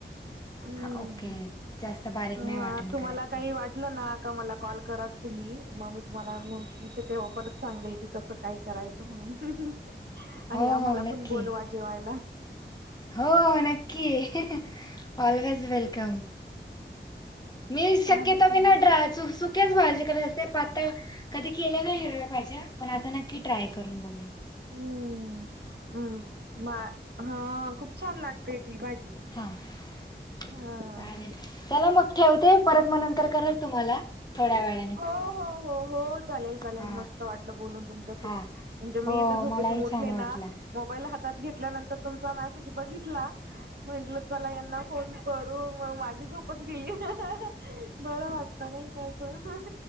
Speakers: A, on the right; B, on the left.
A: हम्म
B: हा ओके जास्त बारीक
A: हा
B: नाही वाटण
A: तुम्हाला
B: करायच.
A: काही वाटलं ना का मला कॉल करा तुम्ही मग मी तुम्हाला मग तिथे तेव्हा परत सांगेल की कस काय करायचं म्हणून आणि
B: हो
A: आम्हाला
B: हो नक्की
A: पण बोलवा जेवायला.
B: हो नक्की ऑलवेज वेलकम मी शक्यतो
A: आम्ही पण
B: मी नड च सुक्याच भाजी करात असते पातळ कधी केल्या का हिरवलं पाहिजे पण आता नक्की ट्राय करून बघ
A: हम्मम् हा खूप छान लागतेय ती भाजी
B: हा चालेल
A: हा.
B: चला मग ठेवते परत मग नंतर करल तुम्हाला. थोड्या वेळा
A: हो हो हो हो चालेल चालेल
B: हा
A: मस्त वाटलं बोलून तुमच्यासोबत
B: हा
A: म्हणजे मी
B: हो
A: इथं झोपेतून
B: मलाही
A: उठले
B: छान वाटलं
A: ना मोबाईल हातात घेतल्यानंतर तुमचा मेसेज बघितला. म्हंटलं चला यांना फोन करून मग माझी झोपच गेली. बरं वाटत नाही का असं.